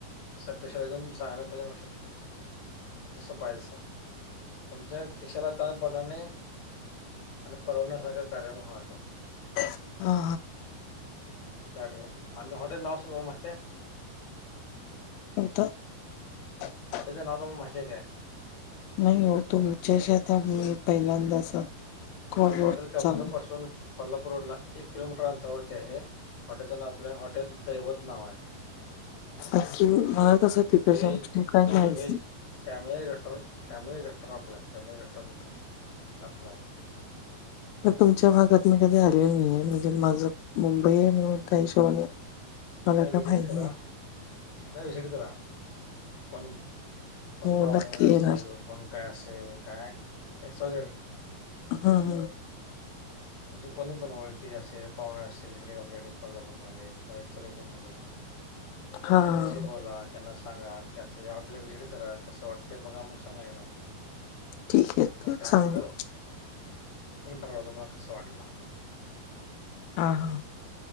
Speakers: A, on the left; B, on the left.
A: सपेशलदम चांगल्या पद्ल होऊ शकतील. तसं पायदसा. <unintelligible> तुमच्या खिशाला ताणपणाने आणि परव. ण्यासारखा कार्य हो तो
B: ह हा.
A: हा ठिकय आणि हॉटेल नाव सु म माहिित आह.
B: आता. <unintelligible>
A: हाँटेल च नाव तम माहिित का आहे.
B: नाही हो तुमच्यात मी पहिल्यांदाच. कॉलवर
A: आपलं हॉटेल कबनूर
B: चालू
A: पासून कोल्हापूर रोड ला एक किलोमीटर अंतरावरती आहे. हॉटेलचं ना आपलं हॉटेल दैवत नाव आहे.
B: अखी मला कस तिकडच्या
A: व्हेज,
B: गोष्टी काय
A: Non veg
B: पाहिच. <unintelligible>
A: family restaurant family restaurant आप्लाय फॅमिली रेस्टॉरंट आपपलाय.
B: तुमच्या भागात मी कधी आलेल नाही आहे म्हणजे माझं मुंबई आहे म्हणून त्या हिशोबाने.
A: यदा
B: मला काय
A: विजिट
B: माहित
A: करा
B: नाही.
A: विजिट करा कोण. कोण
B: हो
A: पाहुणे
B: नक्की
A: वगैरे असेल
B: येणार.
A: कोण काय असेल काय एक स दड.
B: हा हा.
A: म्हणजे कोणी पण ओळखीच असेल पाहुणार असेल इकडे आमच्याकडे कोल्हापूरमध्येध्ये किंवा. च्या म
B: हां
A: त्यांच्याशी
B: हां.
A: बोलात. त्यांना सांगा की असं या हॉटेलला व्हिजिट करा कसं वाटतं बघा मग सांगायदा.
B: ठीक आहे.
A: मग त्यानंतर
B: चांगली
A: ठरवा मला कसं वाटलं.
B: हा हा. <unintelligible>